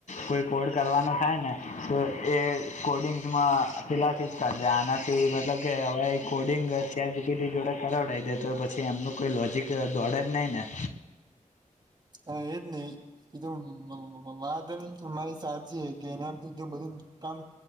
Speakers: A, on the left; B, on the right.
A: કોઈ કોડ કરવાનો થાય ને તો એ કોડિંગમાં પેલાથી જ કરજ આનાથી મતલબ કે હવે કોડિંગ જ તાર જુગી જોડે કરાવડાવી દે તો પછી એમનું કોઈ લોજક દોડે જ નહી ને
B: હ એ જ નહી એ તો વાત મારી સાચી કે એનામથી જો બધું કામ